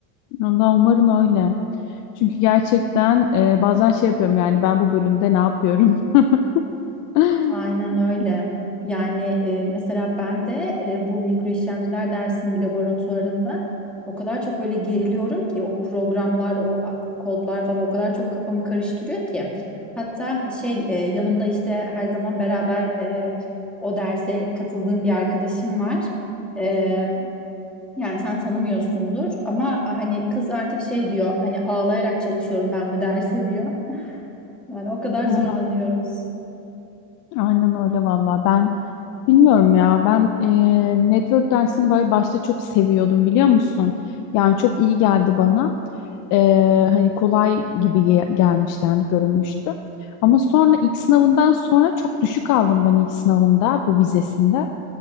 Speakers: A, on the left (about 45°); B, in the centre.
A: Allah umarım öyle. Çünkü gerçekten e, bazen şey yapıyorum yani ben bu bölümde ne yapıyorum? <laughs> <laughs>
B: Aynen öyle. Yani e, mesela ben de e, bu mikro işlemciler dersinin laboratuvarında o kadar çok böyle geriliyorum ki o programlar, o a- kodlar falan o kadar çok kafamı karıştırıyor ki. Hatta şey e, yanımda işte her zaman beraber e, o derse katıldığım bir arkadaşım var. E, yani sen tanımıyorsundur ama "Ah, hani kız artık şey diyor hani ağlayarak çalışıyorum ben bu derse diyor. Yani o kadar
A: Vallahi
B: zorlanıyoruz.
A: Aynen öyle valla. Ben bilmiyorum ya. Ben e, network dersini böyle başta çok seviyordum biliyor musun? Yani çok iyi geldi bana. E, hani kolay gibi ge- gelmişti yani görünmüştü. Ama sonra ilk sınavından sonra çok düşük aldım ben ilk sınavında bu vizesinde.